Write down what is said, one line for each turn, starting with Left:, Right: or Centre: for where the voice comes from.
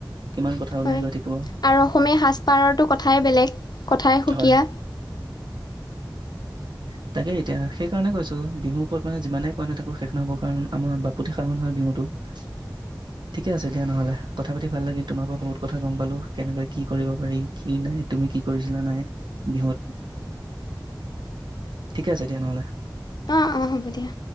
Right: কিমান কথা ওলাই
Left: হয়
Right: গৈ থাকিব
Left: আৰু অসমীয়া সাজপাৰো কথাই বেলেগ। কথাই সুকীয়া।
Right: হয় উ <inaudible> তাকে এতিয়া সেইকাৰণে কৈছো বিহুৰ ওপৰত মানে যিমানেই ক নাই তো শেষ নহব কাৰণ আমাৰ বাপুতি সাহন হয় বিহুতটো। <inaudible> ঠিকে আছে দিয়া নহলে কথা পাতি ভাল লাগিল তোমাৰ পৰা বহুত কথা গম পালো, কেনেকে কি কৰিব পাৰি কি নাই। তুমি কি কৰিছা? নাই বিহুত ঠিক আছে দিয়া নহ'লে।
Left: অ-অ হ'ব দিয়া।